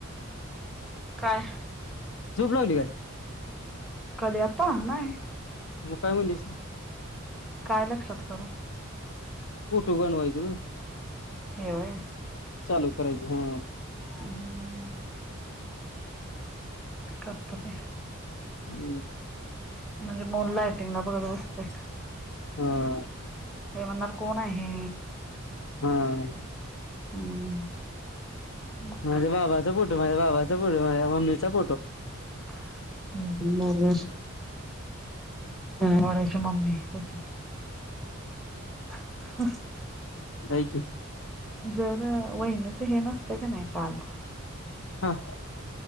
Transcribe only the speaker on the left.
झोप लागली काय?
मग काय म्हनलीस?
फोटो बनवायचं व.
चालू करायचं हा.
हम्म <inaudible>
हा
हम्
म्हणजे बाबाचा फोटो म्हणजे बाबाचा फोटोे मम्मीचा फोटो.
नाहीय की.
हां